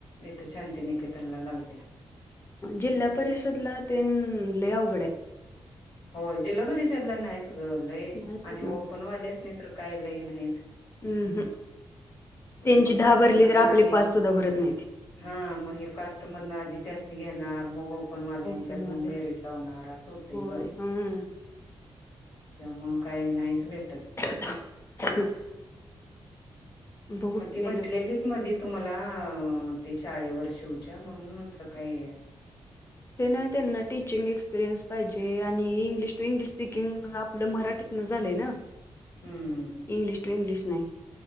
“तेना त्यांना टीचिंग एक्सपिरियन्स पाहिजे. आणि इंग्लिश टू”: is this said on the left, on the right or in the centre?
Left